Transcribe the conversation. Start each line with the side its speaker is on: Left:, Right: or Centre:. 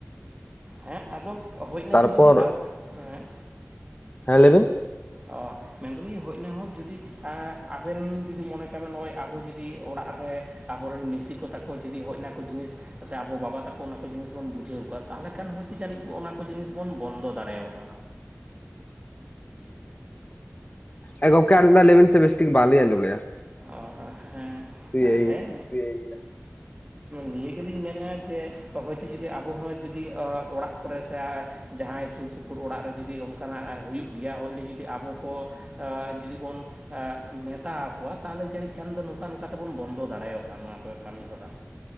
Right: ᱦᱮᱸ ᱟᱫᱚ ᱦᱳᱭ ᱤᱱᱟ
Left: ᱛᱟᱨᱯᱚᱨ
Right: ᱜᱮ ᱡᱩᱫᱤ ᱟᱵᱚ ᱦᱮᱸ
Left: ᱦᱮᱸ ᱞᱟᱹᱭ ᱵᱤᱱ
Right: ᱚ ᱢᱮᱱᱫᱟᱞᱤᱧ ᱦᱳᱭ ᱤᱱᱟᱦᱚᱸ ᱡᱩᱫᱤ ᱮᱸ ᱟᱵᱮᱱ ᱡᱩᱫᱤ ᱢᱚᱱᱮ ᱠᱟᱱᱟ ᱱᱚᱜᱼᱚᱭ ᱟᱵᱚ ᱡᱩᱫᱤ ᱚᱲᱟᱜ ᱨᱮ ᱟᱵᱚᱨᱮᱱ ᱢᱤᱥᱤ ᱠᱚ ᱛᱟᱠᱚ ᱡᱩᱫᱤ ᱦᱚᱭ ᱚᱱᱟᱠᱚ ᱡᱤᱱᱤᱥ ᱠᱚᱥᱮ ᱟᱵᱚ ᱵᱟᱵᱟ ᱛᱟᱠᱚ ᱚᱱᱟ ᱠᱚ ᱡᱤᱱᱤᱥ ᱵᱚᱱ ᱵᱩᱡᱷᱟᱹᱣ ᱠᱚᱣᱟ ᱛᱟᱦᱚᱞᱮ ᱠᱷᱟᱱ ᱦᱳᱭᱛᱳ ᱡᱟᱹᱱᱤᱡ ᱚᱱᱟ ᱠᱚ ᱡᱤᱱᱤᱥ ᱵᱚᱱ ᱵᱚᱱᱫᱚ ᱫᱟᱲᱮᱭᱟᱜᱼᱟ᱾
Left: ᱮᱸ ᱜᱚᱝᱠᱮ ᱟᱨ ᱢᱤᱫ ᱫᱷᱟᱣ ᱞᱟᱹᱭᱵᱤᱱ ᱥᱮ ᱵᱮᱥᱴᱷᱤᱠ ᱵᱟᱝᱞᱤᱧ ᱟᱸᱡᱚᱢ ᱞᱮᱜᱼᱟ᱾
Right: ᱚᱦᱚ ᱦᱮᱸ
Left: ᱛᱩᱭ ᱮᱭ
Right: ᱦᱮᱡ
Left: ᱜᱮᱞᱟ
Right: ᱱᱤᱭᱟᱹ ᱜᱮᱞᱤᱧ ᱢᱮᱱᱮᱜᱼᱟ ᱡᱮ ᱦᱳᱭᱛᱚ ᱡᱩᱫᱤ ᱟᱵᱚ ᱦᱚᱸ ᱡᱩᱫᱤ ᱚᱲᱟᱜ ᱠᱚᱨᱮ ᱥᱮ ᱡᱟᱦᱟᱸᱭ ᱥᱩᱨᱥᱩᱯᱩᱨ ᱚᱲᱟᱜ ᱡᱩᱫᱤ ᱚᱱ ᱠᱟᱱᱟ ᱟᱸ ᱦᱩᱭᱩᱜ ᱜᱮᱭᱟ ᱦᱳᱭ ᱚᱱᱰᱮ ᱡᱩᱫᱤ ᱟᱵᱚ ᱠᱚ ᱡᱩᱫᱤ ᱵᱚᱱ ᱢᱮᱛᱟ ᱟᱠᱚᱣᱟ ᱛᱟᱦᱚᱞᱮ ᱡᱟᱱᱹᱤᱡ ᱠᱷᱟᱱ ᱫᱚ ᱱᱚᱝᱠᱟ ᱱᱚᱝᱠᱟ ᱛᱮᱵᱚᱱ ᱵᱚᱱᱫᱚ ᱫᱟᱲᱮᱭᱟᱜᱼᱟ ᱱᱚᱣᱟ ᱠᱚ ᱠᱟᱹᱢᱤ ᱦᱚᱨᱟ᱾